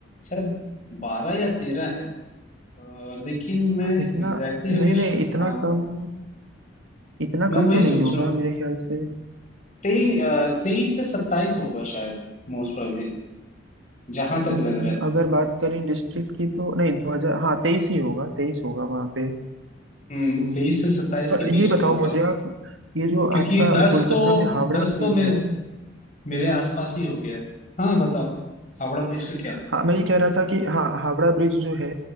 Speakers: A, on the left; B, on the right.
A: शायद बारह या तेरह है अ, लेकिन मैं
B: हाँ,
A: एग्जैक्टली
B: इतना
A: exactly
B: नहीं
A: अभी
B: नहीं
A: श-
B: इतना
A: हाँ
B: कम इतना
A: मैं
B: कम
A: वही
B: तो
A: सोच
B: नहीं होगा
A: रहा हूँ
B: मेरे ख्याल से
A: तेई तेईस से सत्ताईस होगा शायद मोस्ट प्रोबेबली जहां तक
B: हम्म,
A: लग रहा है
B: अगर बात करें डिस्ट्रिक्ट की तो नहीं दो हजार हाँ तेईस ही होगा तेईस होगा वहाँ पे
A: हम्म
B: हम्म,
A: तेईस से सत्ताईस
B: पर
A: के बीच
B: ये बताओ
A: में होगा
B: मुझे आप ये जो
A: क्योंकि
B: आपका
A: दस
B: कोलकाता
A: तो
B: में हावड़ा
A: दस
B: ब्रिज
A: तो मेरे
B: है
A: मेरे आसपास ही हो गया हाँ बताओ हावड़ा ब्रिज का क्या
B: हाँ मैं ये कह रहा था कि हाँ हावड़ा ब्रिज जो है